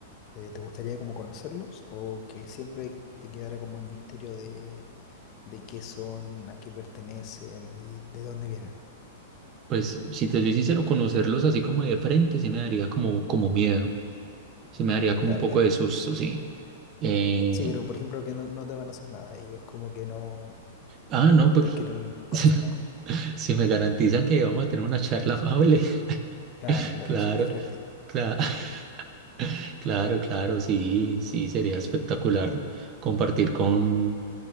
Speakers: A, on the left; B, on the right.
A: eh, ¿te gustaría como conocerlos o que siempre te quedara como el misterio de, de qué son, a qué pertenecen y de dónde vienen?
B: pues si te soy sincero, conocerlos así como de frente sí me daría como, como miedo, sí me daría como
A: Ya,
B: un poco
A: claro.
B: de susto, sí. Eh,
A: Sí, pero por ejemplo que no, no te van a hacer nada, ellos como que no,
B: ah,
A: como
B: no, pues...
A: te quieren conocer
B: <laughs>
A: nomás.
B: Si me garantizan que vamos a tener una charla amable,
A: Claro,
B: <laughs>
A: claro,
B: claro,
A: sí, friendly.
B: claro, <laughs> claro, claro, sí, sí, sería espectacular compartir con,